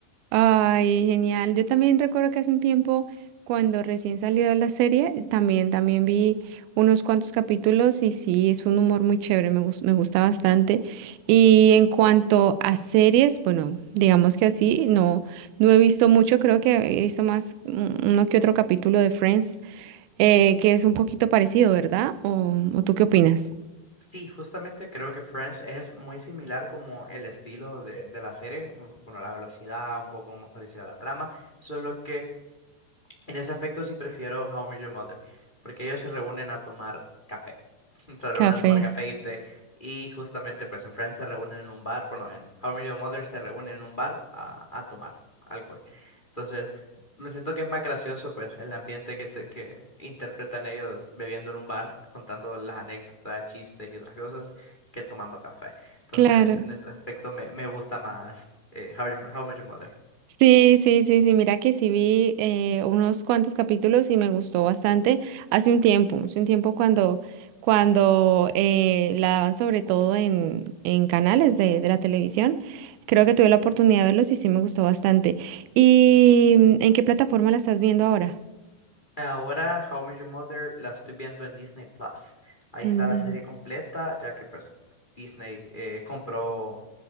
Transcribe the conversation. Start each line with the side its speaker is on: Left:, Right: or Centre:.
Right: Ay, genial. Yo también recuerdo que hace un tiempo, cuando recién salió la serie, eh, también, también vi unos cuantos capítulos y sí, es un humor muy chévere, me gus- me gusta bastante. Y en cuanto a series, bueno, digamos que así, no, no he visto mucho, creo que he visto más mm, uno que otro capítulo de Friends, eh, que es un poquito parecido, ¿verdad? ¿O, o tú qué opinas?
Left: Sí, justamente creo que Friends es muy similar como el estilo de, de la serie, mm, bueno, la velocidad, un poco más parecido a la trama, solo que En ese aspecto sí prefiero How I Met Your Mother, porque ellos se reúnen a tomar café. <laughs> Se reúnen
Right: Café.
Left: a tomar café y té, y justamente pues en Friends se reúnen en un bar, bueno, en How I Met Your Mother se reúnen en un bar a, a tomar alcohol. Entonces, me siento que es más gracioso pues el ambiente que, se, que interpretan ellos bebiendo en un bar, contando las anécdotas, chistes y otras cosas, que tomando café. Entonces,
Right: Claro.
Left: en ese aspecto me, me gusta más eh, How I Met How I Met Your Mother.
Right: Sí, sí, sí, sí, mira que sí vi eh, unos cuantos capítulos y me gustó bastante hace un tiempo, hace un tiempo cuando, cuando eh, la daban sobre todo en, en canales de, de la televisión, creo que tuve la oportunidad de verlos y sí me gustó bastante. ¿Y mm, en qué plataforma la estás viendo ahora?
Left: Ahora, How I Met Your Mother la estoy viendo en Disney Plus. Ahí
Right: En,
Left: está la serie completa, ya que pues Disney eh, compró